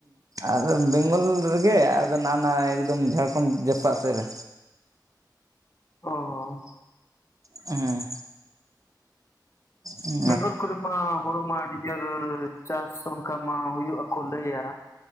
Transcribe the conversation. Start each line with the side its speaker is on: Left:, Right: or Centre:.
Right: ᱟᱫᱚ ᱵᱮᱝᱜᱚᱞ ᱨᱮᱜᱮ ᱟᱫᱚ ᱱᱟ ᱱᱟ ᱮᱠᱫᱚᱢ ᱡᱷᱟᱲᱠᱷᱚᱸᱰ ᱡᱟᱯᱟᱜ ᱥᱮᱫ ᱨᱮ
Left: ᱚ
Right: ᱦᱮᱸ ᱦᱮ
Left: ᱵᱮᱝᱜᱚᱞ ᱠᱚᱨᱮ ᱢᱟ ᱦᱩᱲᱩ ᱢᱟ ᱟᱹᱰᱤ ᱡᱳᱨ ᱪᱟᱥ ᱚᱱᱠᱟ ᱢᱟ ᱦᱩᱭᱩᱜ ᱟᱠᱚ ᱞᱟᱹᱭᱟ